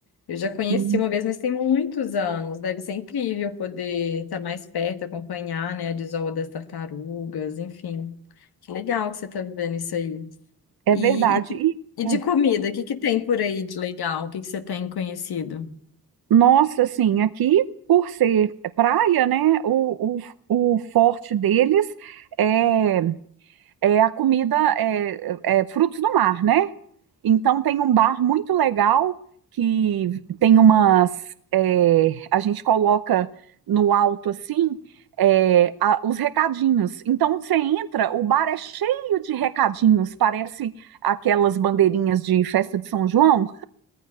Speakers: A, on the left; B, on the right.
A: Eu já conheci
B: Sim.
A: uma vez, mas tem muitos anos. Deve ser incrível poder estar mais perto, acompanhar, né, a desova das tartarugas, enfim. Que legal que você tá vivendo isso aí.
B: É
A: E,
B: verdade.
A: e de
B: E,
A: e
B: hum,
A: de comida, o que que tem por aí de legal? O que que você tem conhecido?
B: nossa, assim, aqui, por ser praia, né, o, o, o forte deles é, é a comida, é, é frutos do mar, né? Então tem um bar muito legal que tem umas. é, a gente coloca no alto assim é, a- os recadinhos. Então você entra, o bar é cheio de recadinhos, parece aquelas bandeirinhas de festa de São João.